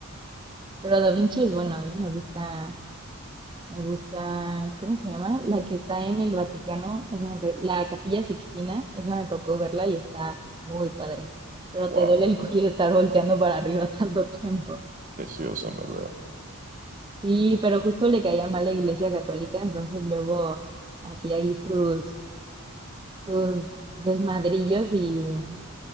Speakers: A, on the right; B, on the right.
A: pero Da Vinci es bueno, ¿eh? Me gusta, me gusta, ¿cómo se llama? La que está en el Vaticano, esa me to- la Capilla Sixtina, esa me tocó verla y está muy padre, pero
B: Wow,
A: te duele el cuello estar volteando para arriba <laughs> tanto tiempo.
B: preciosa, en verdad.
A: Sí, pero justo le caía mal la Iglesia Católica, entonces luego hacía ahí sus, sus desmadrillos y...